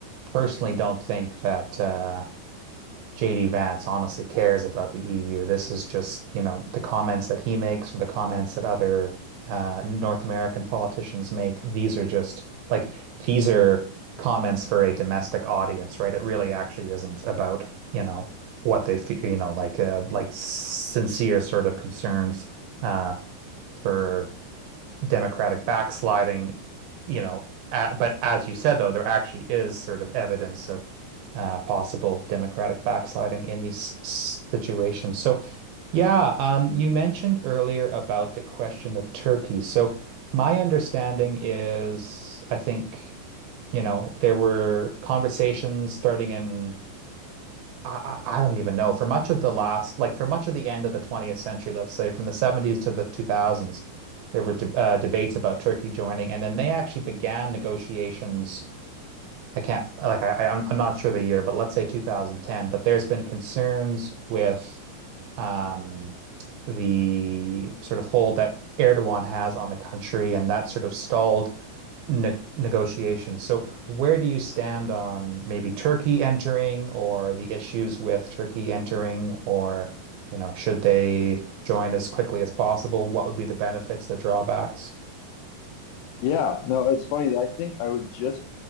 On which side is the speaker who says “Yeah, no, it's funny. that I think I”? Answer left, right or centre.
Left